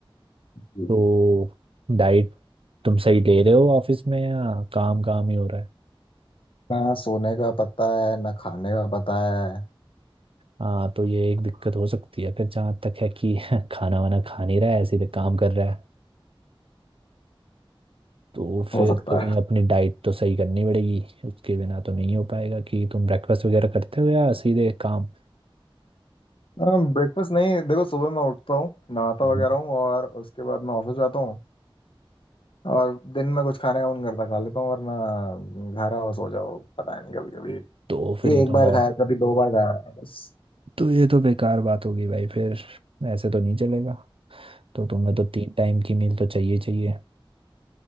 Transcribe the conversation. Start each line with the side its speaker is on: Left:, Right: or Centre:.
Left: जी।
Right: तो डाइट तुम सही ले रहे हो ऑफिस में या काम काम ही हो
Left: ना सोने का पता है ना खाने का पता है
Right: हाँ तो ये एक दिक्कत हो सकती है फिर जहाँ तक है कि <laughs> खाना वाना खा नहीं रहा है ऐसे ही काम कर रहा है तो फिर
Left: हो सकता
Right: तुम्हें
Left: है
Right: अपनी डाइट तो सही करनी पड़ेगी उसके बिना तो नहीं हो पाएगा कि तुम ब्रेकफास्ट वगैरह करते हो या सीधे काम
Left: <laughs> ब्रेकफास्ट नहीं देखो सुबह मैं उठता हूँ नहाता
Right: हम्म।
Left: वगैरह हूँ और उसके बाद मैं ऑफिस जाता हूँ और दिन में कुछ खाने का मन करता खा लेता हूँ वरना घर आओ सो जाओ पता नहीं कभी कभी
Right: तो फिर ये
Left: एक
Right: तो
Left: बार
Right: बहुत
Left: खाया कभी दो बार खाया बस
Right: तो ये तो बेकार बात होगी भाई फिर ऐसे तो नहीं चलेगा तो तुम्हें तो तीन टाइम की मील तो चाहिए चाहिए